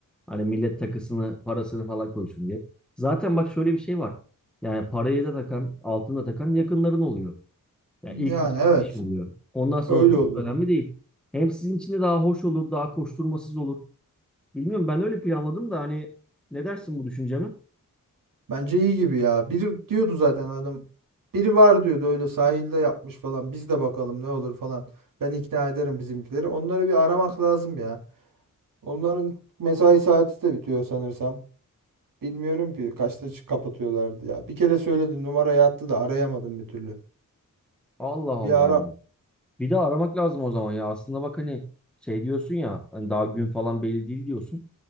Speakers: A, in the centre; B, on the right (about 85°).
A: Hani millet takısını, parasını falan koysun diye. Zaten bak şöyle bir şey var. Yani parayı da takan, altını da takan yakınların oluyor. Yani ilk
B: yani
A: iki
B: evet
A: üç kişi oluyor. Ondan sonrası
B: öyle
A: çok
B: oluyor.
A: önemli değil. Hem sizin için de daha hoş olur, daha koşturmasız olur. Bilmiyorum ben öyle planladım da hani ne dersin bu düşünceme?
B: Bence iyi gibi ya. Biri diyordu zaten adam. Biri var diyordu öyle sahilde yapmış falan. Biz de bakalım ne olur falan. Ben ikna ederim bizimkileri. Onları bir aramak lazım ya. Onların mesai saati de bitiyor sanırsam. Bilmiyorum ki kaçta çı- kapatıyorlardı ya. Bir kere söyledim numarayı attı da arayamadım bir türlü.
A: Allah Allah.
B: Bir ara
A: Bir de aramak lazım o zaman ya. Aslında bak hani şey diyorsun ya hani daha gün falan belli değil diyorsun.